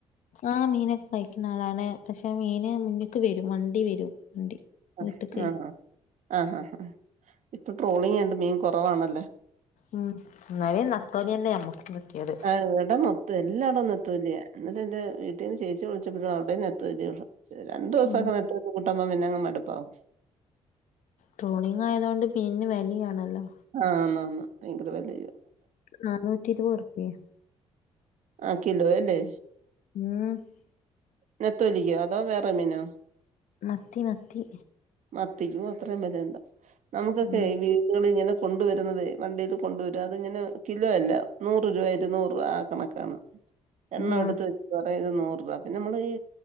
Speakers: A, on the left; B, on the right.
A: ആഹ് മീനൊക്കെ കഴിക്കുന്ന ആളാണ് പക്ഷെ മീന് മുന്നക്ക് വരും വണ്ടി വരും വണ്ടി
B: ആ
A: വീട്ട്ക്ക്
B: ആ ആ ആ ആ ഹാ ഹാ ഇപ്പൊ ട്രോളിങ്ങ് ആയോണ്ട് മീൻ കൊറവാണല്ലോ
A: ഉം എന്നാലെ നത്തോലിയെന്നെ ഞമുക്ക് കിട്ടിയത്
B: ആ ഇവിടം മൊത്തം എല്ലാടോം നെത്തോലിയാ ഇന്നലെ എന്റെ വീട്ടീന്ന് ചേച്ചി വിളിച്ചപ്പഴും അവിടേം നെത്തോലിഒള്ളൂ രണ്ട് ദിവസൊക്കെ
A: ഉം
B: നട്ട് വിട്ട് കൂട്ടമ്പം പിന്നെ അങ്ങു മടുപ്പാവും
A: ട്രോളിങ്ങ് ആയതോണ്ട് പിന്നെ വലിയാണല്ലോ
B: ആന്ന ന്ന് ഭയങ്കര വല്തേ
A: നാനൂറ്റി ഇരുപത് റുപ്പിയേ
B: ആ കിലോ അല്ലേ
A: ഉം
B: നെത്തോലിക്കോ അതോ വേറെ മീനോ
A: മത്തി മത്തി
B: മത്തിക്കും അത്രയും വെലെണ്ട നമുക്കൊക്കെ
A: ഉം
B: വീടുകളിങ്ങനെ കൊണ്ടുവരുന്നതേ വണ്ടീത്ത് കൊണ്ടുവരും അതിങ്ങനെ കിലോ അല്ല നൂറ് രൂപ ഇരുനൂറ് ആ കണക്കാണ് എണ്ണം
A: ആഹ്
B: എടുത്ത് വെച്ചിട്ട് പറയാ ഇത് നൂറ് രാ പിന്നെ നമ്മള് ഈ